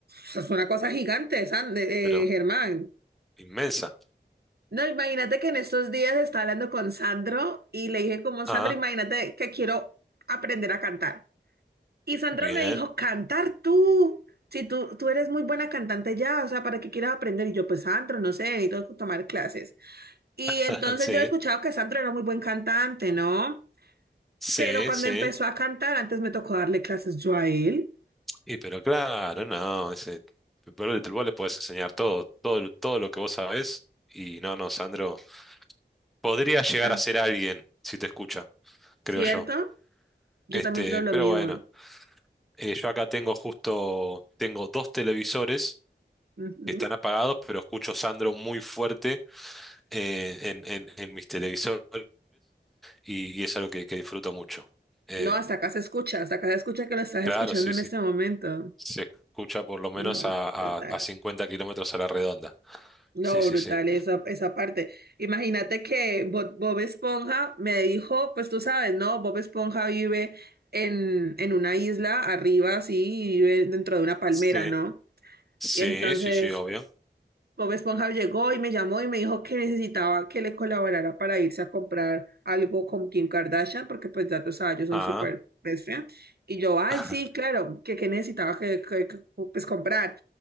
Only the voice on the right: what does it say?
eso es una cosa gigante, San- eh,
eh, Germán.
No, imagínate que en estos días estaba hablando con Sandro y le dije como, Sandro,
imagínate que quiero aprender a cantar. Y Sandra
me dijo, cantar tú, si tú, tú eres muy buena cantante ya, o sea, ¿para qué quieres aprender? Y yo, pues Sandra, no sé, necesito tomar clases. Y
entonces
yo he escuchado que Sandra era muy buen cantante, ¿no?
Pero cuando
empezó a cantar, antes me tocó darle clases yo a él.
Ah,
¿Cierto?
Yo
también creo lo
mismo.
Ujú.
No, hasta acá se escucha, hasta acá se escucha que lo estás
escuchando
en
este momento.
No,
brutal.
No,
brutal
esa, esa parte. Imagínate que Bo- Bob Esponja me dijo, pues tú sabes, ¿no? Bob Esponja vive en, en una isla arriba, así, y vive dentro de una palmera,
¿no?
Y entonces
Bob Esponja llegó y me llamó y me dijo que necesitaba que le colaborara para irse a comprar algo con Kim Kardashian, porque pues ya tú sabes, ellos son
súper best friend. Y yo, ay,
sí, claro, que, que necesitaba que, que- que, pues comprar.